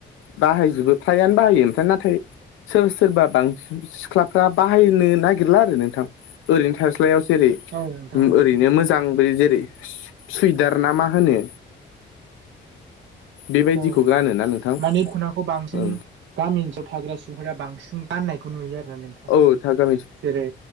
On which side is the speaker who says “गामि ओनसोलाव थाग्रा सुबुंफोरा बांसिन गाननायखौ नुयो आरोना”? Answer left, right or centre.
Right